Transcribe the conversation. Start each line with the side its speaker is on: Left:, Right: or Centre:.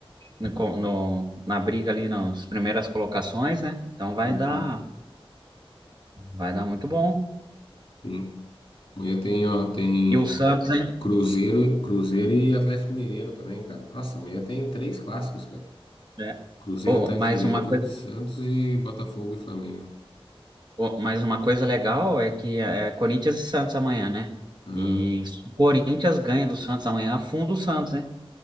Right: no, co- no- na briga ali nas primeiras colocações, né? Então vai
Left: Uhum.
Right: dar, vai dar muito bom.
Left: Sim. Amanhã tem, ó, tem
Right: E o Santos, hein?
Left: Cruzeiro, Cruzeiro e Atlético Mineiro também, cara. Nossa, amanhã tem três clássicos, cara.
Right: É.
Left: Cruzeiro,
Right: Oh,
Left: Atlético
Right: mais
Left: Mineiro,
Right: uma
Left: Corinthians,
Right: coisa,
Left: e Santos e Botafogo e Flamengo.
Right: oh, mais uma coisa legal é que é é Corinthians e Santos amanhã, né?
Left: Aham.
Right: E se o Corinthians ganha do Santos amanhã, afunda o Santos, né?